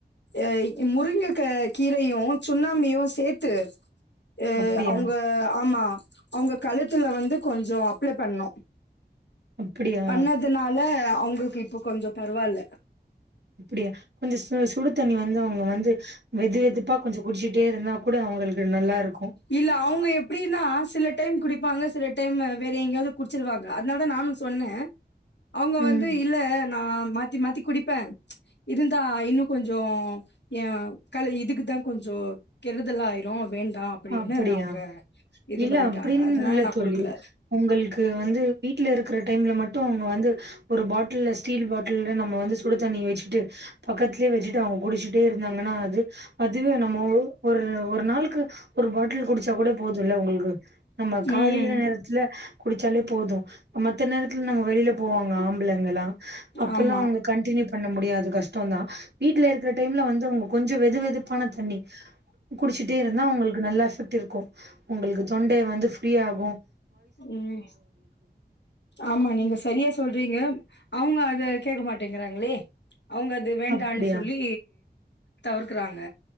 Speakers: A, on the left; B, on the right.
A: எ முருங்கக கீரையு சுண்ணாம்பயு சேத்து அ
B: அப்டியா
A: அவுங்க ஆமா அவுங்க கழுத்துல வந்து கொஞ்சொ அப்ளே பண்ணோ
B: அப்டியா
A: பண்ணதுனால அவுங்கக்கு இப்ப கொஞ்சொ பரவால்ல
B: அப்புடியா கொஞ்ச ச சுடு தண்ணி வந்து அவுங்க வந்து வெது வெதுப்பா கொஞ்சொ குடிச்சிட்டே இருந்தா கூட அவுங்களுக்கு நல்லா இரு
A: இல்ல அவுங்க எப்டின்னா சில டைம் குடிப்பாங்க சில டைமு வேற எங்யாவ்து குடிச்சிருவாங்க அதுனால தா நானு சொன்னே அவுங்க
B: ம்
A: வந்து இல்ல நா மாத்தி மாத்தி குடிப்பே இருந்தா இன்னு கொஞ்சோ ஏ கல் இதுக்கு தா கொஞ்சோ கெடுதல் ஆயிரு வேண்டா அப்டின்னு
B: அப்புடியா
A: அவுங்க இது
B: இல்ல
A: பண்ணிட்டாங்க
B: அப்டின்
A: அதனால
B: இல்ல
A: நா
B: தோழி
A: குடுக்கல
B: உங்கள்க்கு வந்து வீட்ல இருக்குற டைம்ல மட் டு அவுங்க வந்து ஒரு பாட்டில்ல ஸ்டீல் பாட்டில்ல நம்ம வந்து சுடு தண்ணி வச்சுட்டு பக்கத்லயே வச்சிட்டு அவுங்க குடிச்சுட்டே இரு இருந்தாங்கன்னா அது அதுவே நம்ம உ ஒரு ஒரு நாள்க்கு ஒரு பாட்டில் குடிச்சா கூட போதுல்ல உங்களுக்கு நம்ம காலைல
A: ம்
B: நேரத்துல குளிச்சாலே போது மத்த நேரத்துல நம்ம வெளியல போவாங்க ஆம்பளைங்களா அப்பல்லா
A: ஆமா
B: அவுங்க கண்டினியூ பண்ண முடியாது கஷ்டதா வீட்ல இருக்கற டைம்ல வந்து. அவுங்க கொஞ்சொ வெது வெதுப்பான தண்ணி குடிச்சிட்டே இருந்தா அவுங்களுக் நல்ல எஃக்ட் இருக்கு உங்களுக்கு தொண்டை வந்து ஃப்ரீயாகு
A: ம் ஆமா நீங்க சரியா சொல்றீங்க அவுங்க அத கேக்க மாட்டேங்கிறாங்களே அவுங்க அத வேண்டான்
B: அப்டியா
A: சொல்லி தவர்க்கறாங்க